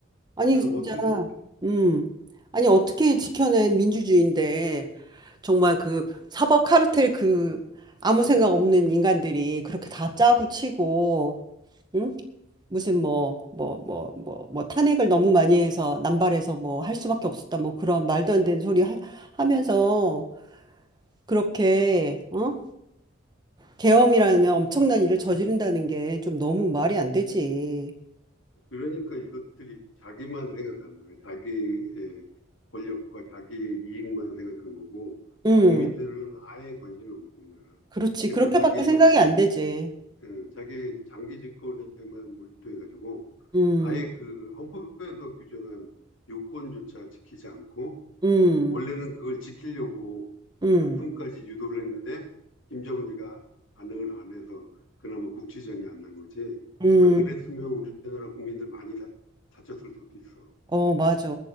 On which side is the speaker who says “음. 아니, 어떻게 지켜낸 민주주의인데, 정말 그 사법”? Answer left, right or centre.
Right